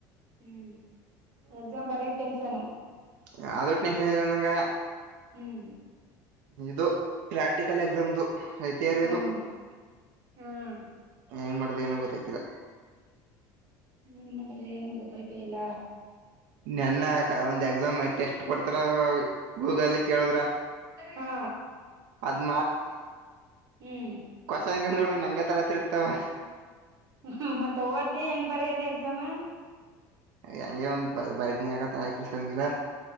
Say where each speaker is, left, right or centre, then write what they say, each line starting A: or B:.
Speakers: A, on the right (about 45°); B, on the right (about 80°).
A: ಹ್ಮ್ ಎಕ್ಸಾಮ್ ಬರ ಟೆನ್ಷನ್
B: ಯಾವದ ಒಟ್ಟು ನಂ ಚಿಲ್ಲ ನಂಗ
A: ಹ್ಮ್
B: ನೀದು ಪ್ರಾಕ್ಟಿಕಲ್ ಎಕ್ಸಾಮ್ದು ಥಿಯರಿದು
A: ಹ್ಮ್ ಹ್ಮ್
B: ಹೆಂಗ್ ಮಾಡ್ದ ಏನ ಗೊತ್ತೈತಿಲ್ಲ
A: ಹನ್ ನಡ ಏನು ಗೊತ್ತಾಯ್ತ ಇಲ್ಲ
B: ನೆನ್ನ ಆಕ ಒಂದ್ ಎಕ್ಸಾಮ್ ಟೆಸ್ಟ್ ಕೊಡ್ತಾರ ಗೂಗಲ್ ಕೇಳುದ್ರ
A: ಹಾ
B: ಅದ್
A: ಹ್ಮ್
B: ಸಾಯಕಾಲ ನೋಡ್ರಿ ನಂಗೆ ತರ ತಿರ್ತಾವ
A: ಹ್ಮ ಮತ್ತ ಓದ್ದಿ ಹೆಂಗ್ ಬರದು ಎಕ್ಸಾಮ
B: ಹೆಂಂಗಗೆ ಒಂದ ಬರೀತ್ನ ಹಾಕತ ಕಳ್ಕಂಗಿಲ್ಲಾ